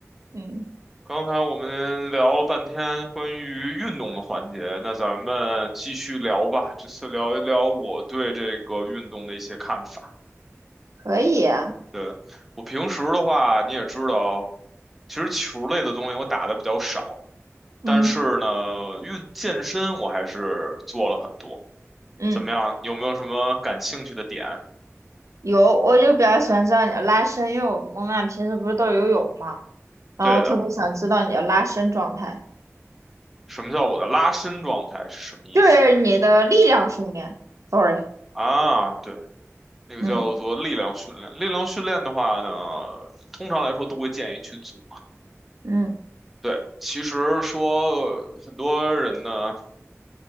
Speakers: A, on the right; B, in the centre.
A: 嗯，
B: 刚才我们聊了半天关于运动的环节，那咱们继续聊吧。这次聊一聊我对这个运动的一些看法。
A: 可以啊。
B: 对，我平时的话，你也知道，其实球类的东西我打的比较少。
A: 嗯
B: 但是呢，运健身我还是做了很多。
A: 嗯，
B: 怎么样？有没有什么感兴趣的点？
A: 有，我就比较喜欢知道你的拉伸，因为我我们俩平时不是都游泳嘛，然后特别想知道你的拉伸状态，
B: 对的，什么叫我的拉伸状态是什么意思
A: 就是你的力量训练。Sorry，
B: 啊？对，那个叫做力量训练。
A: 嗯
B: 力量训练的话呢，通常来说都会建议去做。
A: 嗯，
B: 对，其实说呃很多人呢